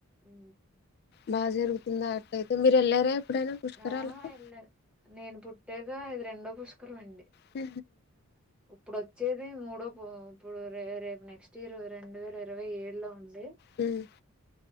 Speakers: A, in the centre; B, on the left (about 45°).
A: ఉ
B: బాగా జరుగుతుందా అట్లయితే మీరు వెళ్ళారా ఎప్పుడైనా పుష్కరాలకు
A: ఆ ఎలా నేను పుట్టేక ఇ రెండో పుష్కరం అండీ అండి
B: హ
A: ఇప్పుడు వచ్చేది మూడో ఇప్పుడు రే రేపు నెక్స్ట్ ఇయర్ రెండు వేల ఇరవై ఏడు లో ఉండి
B: హ్మ్